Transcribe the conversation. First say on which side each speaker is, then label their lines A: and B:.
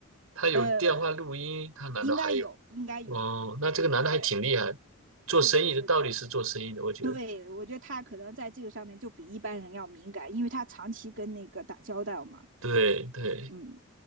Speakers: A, on the right; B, on the right.
A: 他有电话录音，
B: 呃，
A: 他难道还有？
B: 应该有，应该有。
A: 哦，那这个男的还挺厉害，
B: 对，是的，
A: 做生意的到底是做生意的，
B: 是的。
A: 我觉得。
B: 对，我觉得他可能在这个上面就比一般人要敏感，因为他长期跟那个打交道嘛，
A: 对对，
B: 嗯，